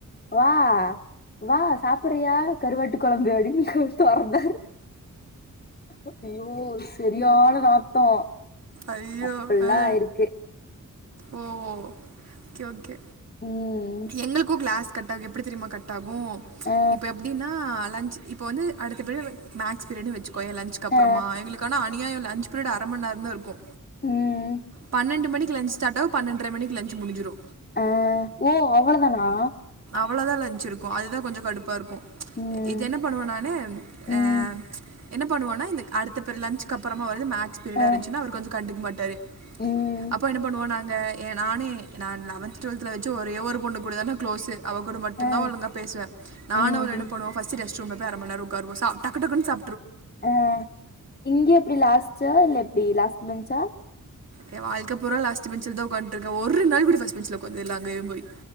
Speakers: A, on the left (about 30°); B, on the right (about 55°).
A: வா வா சாப்புறியா கருவாட்டு கொழம்பு அப்டின் தொ தொறந்தாறு ஐயோ செரியான நாத்தோ
B: ஐயோ
A: அப்டிலா
B: ஆ
A: இருக்கு
B: ஓ ஓ ஓகே ஓகே
A: ம்
B: எங்களுக்கு கிளாஸ் கட் ஆகு எப்புடி தெரியுமா கட் ஆகு கு
A: ஆ
B: இப்ப எப்டின்னா லன்ச்சு இப்ப வந்து அடுத்த பீரியட் மேக்ஸ் பீரியடுனு வெச்சுப் கோயே லன்சுக் அப்புறமா
A: ஆ
B: எங்களுக்கு ஆனா அநியாயோல லன்ச் பீரியடு அர மண் நேரந்தா இருக்கு
A: ம்
B: பன்னெண்டு மணிக்கு லன்ச் ஸ்டாட் ஆகு பன்னெண்டர மணிக்கு லன்ச் முடுஞ்சுரு
A: அ ஓ அவ்வளோதானா
B: அவ்வளோதா லஞ்ச் இருக் க்கு அதுதா கொஞ்ச கடுப்பா இருக்கு
A: ம்
B: இது என்ன பண்ணுவே நானு
A: ம்
B: ஆ என்ன பண்ணுவோன்னா இந்த அடுத்த பிர் லன்ச்க்கு அப்புறமா வரது மே க்ஸ் பீரியடா
A: ஆ
B: இருந்துச்சுன்னா அவரு கொஞ்ச கண்டுக்க மாட் டாரு
A: ம்
B: அப்போ என்ன பண்ணுவோ நா ங்க ஏ நானு நா லெவன்த் டுவெல்த்துல வச்சு ஒரே ஒரு பொண்ணுகூடதா நா க்ளோஸு அவ கூட மட்டு்ந்தா
A: ஆ
B: ஒழுங்கா பேசுவே நானு
A: ம்
B: அவளு என்ன பண்ணுவோ ஃபஸ்ட்டு ரெஸ்ட் ரூமுல போயி அர மணி நேரோ உக்காருவோ சா டக்கு டக்குனு சா
A: ஆ இங்க எப்டி லாஸ்ட்டா இல்ல எப்டி லாஸ்ட் பெஞ்சா
B: ஏன் வாழ்க்க பூரா லாஸ்ட் பெஞ்சுலதா உக்காந்ட்ருக்கே ஒரு நாள் கூட ஃபஸ்ட் பெஞ்சுல உக்காந்தது இல்ல அங்கயும் போயி